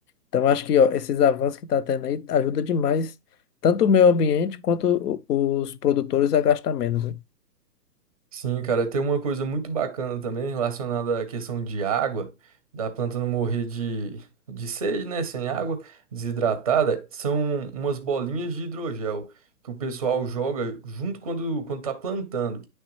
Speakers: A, on the left; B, on the right.
A: Então, acho que ó, esses avanços que está tendo aí ajuda demais, tanto o meio ambiente quanto o- os produtores a gastar menos, né?
B: Sim, cara, tem uma coisa muito bacana também relacionada à questão de água, da planta não morrer de, de sede, né? Sem água, desidratada, são umas bolinhas de hidrogel que o pessoal joga junto quando, quando tá plantando.